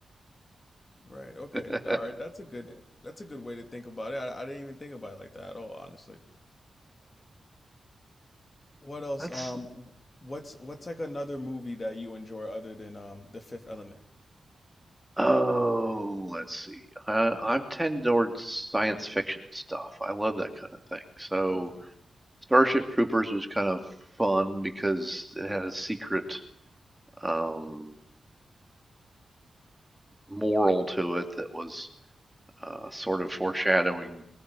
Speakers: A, on the left; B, in the centre.
A: Right. Okay.
B: you.
A: All right. That's a good that's a good way to think about it. I, I didn't even think about it like that at all, honestly. What else?
B: <laughs>
A: Um,
B: Let's,
A: what's what's like another movie that you enjoy other than um The Fifth Element?
B: oh, let's see. Uh, I'm tend towards science fiction stuff. I love that kind of thing. So
A: Okay.
B: Starship Troopers was kind of fun because it had a secret um, moral to it that was uh, sort of foreshadowing